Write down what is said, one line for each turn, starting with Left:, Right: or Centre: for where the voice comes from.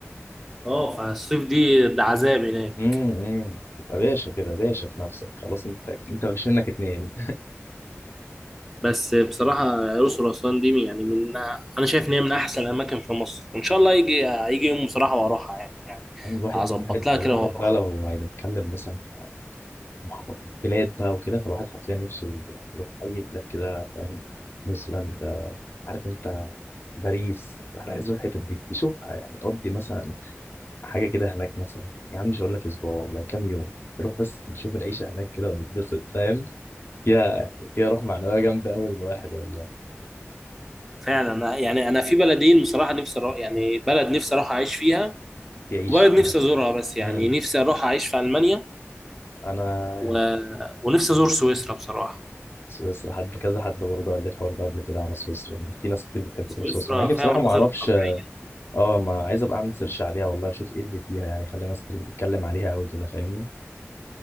Centre: اه فالصيف دي ده عذاب هناك
Left: امم تبقى باشا كده باشا في نفسك خلاص انت انت مفيش منك اتنين
Centre: بس بصراحه الاقصر واسوان دي يعني من انا شايف ان هي من احسن الاماكن في مصر وان شاء الله يجي يجي يوم بصراحه واروحها يعني
Left: يعني الواحد
Centre: هظبط
Left: الواحد
Centre: لها كده
Left: الواحد
Centre: واروحها
Left: بقى لو هنتكلم مثلا في محافظ- بلاد بقى وكده فالواحد حرفيا نفسه يبقى يروح أي بلاد كده فاهم نيوزيلندا عارف أنت باريس احنا عايز نروح الحتت دي يشوفها يعني قضي مثلا حاجة كده هناك مثلا يا عم مش هقول لك أسبوع والله كام يوم نروح بس نشوف العيشة هناك كده ونتبسط فاهم فيها يعني فيها روح معنوية جامدة أوي للواحد والله
Centre: فعلا يعني انا في بلدين بصراحه نفسي اروح يعني بلد نفسي اروح اعيش فيها
Left: تعيش
Centre: وبلد
Left: في
Centre: نفسي
Left: مصر.
Centre: ازورها بس يعني
Left: امم
Centre: نفسي اروح اعيش في المانيا
Left: انا
Centre: و... ونفسي ازور سويسرا بصراحه
Left: سويسرا حد كذا حد برضه قال لي الحوار ده قبل كده على سويسرا إن في ناس كتير بتحب
Centre: سويسرا
Left: تروح سويسرا مع اني
Centre: فيها
Left: بصراحه
Centre: مناظر
Left: ما اعرفش
Centre: طبيعيه
Left: اه ما عايز ابقى اعمل سيرش عليها والله اشوف ايه اللي فيها يعني خلي ناس كتير بتتكلم عليها قوي كده فاهمني